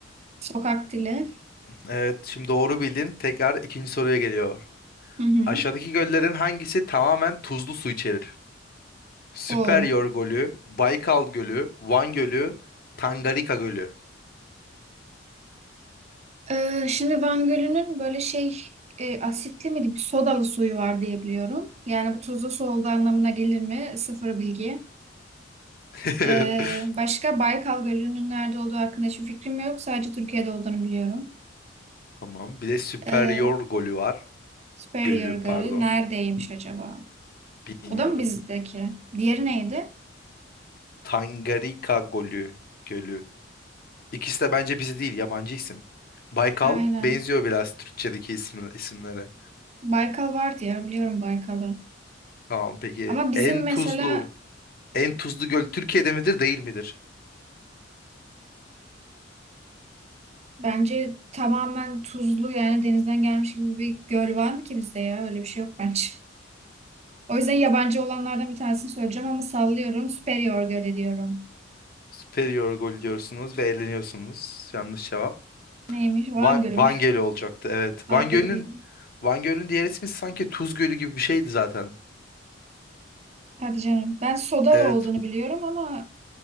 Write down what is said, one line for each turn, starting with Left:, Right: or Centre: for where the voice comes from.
Right: Sokak dili.
Left: Evet, şimdi doğru bildin. Tekrar ikinci soruya geliyor.
Right: Hı hı.
Left: Aşağıdaki göllerin hangisi tamamen tuzlu su içerir? Süperyor
Right: O.
Left: Gölü, Baykal Gölü, Van Gölü, Tangarika Gölü.
Right: Ee, şimdi Van Gölü'nün böyle şey e, asitli mi bir sodalı suyu var diye biliyorum. Yani bu tuzlu su olduğu anlamına gelir mi? Sıfır bilgi.
Left: <laughs>
Right: Ee, başka Baykal Gölü'nün nerede olduğu hakkında hiçbir fikrim yok. Sadece Türkiye'de olduğunu biliyorum.
Left: Tamam. Bir de Superior
Right: Ee,
Left: Gölü var.
Right: Superior
Left: Gölü
Right: Gölü
Left: pardon.
Right: neredeymiş acaba?
Left: Bilmiyorum.
Right: O da mı bizdeki? Diğeri neydi?
Left: Tangarika Gölü. Gölü. İkisi de bence bizi değil, yabancı isim. Baykal
Right: Aynen.
Left: benziyor biraz Türkçedeki ismi, isimlere.
Right: Baykal vardı ya biliyorum Baykal'ı.
Left: Tamam peki.
Right: Ama bizim
Left: En
Right: mesela
Left: tuzlu, en tuzlu göl Türkiye'de midir, değil midir?
Right: bence tamamen tuzlu yani denizden gelmiş gibi bir göl var mı ki bizde ya? Öyle bir şey yok bence. O yüzden yabancı olanlardan bir tanesini söyleyeceğim ama sallıyorum. Superior Gölü diyorum.
Left: Superior gol diyorsunuz ve eğleniyorsunuz. Yanlış cevap.
Right: Neymiş? Van
Left: Van,
Right: Gölü
Left: Van
Right: mü?
Left: Gölü olacaktı. Evet.
Right: <laughs>
Left: Van Gölü'nün
Right: Ay.
Left: Van Gölü'nün diğer ismi sanki Tuz Gölü gibi bir şeydi zaten.
Right: Hadi canım. Ben sodalı
Left: Evet.
Right: olduğunu biliyorum ama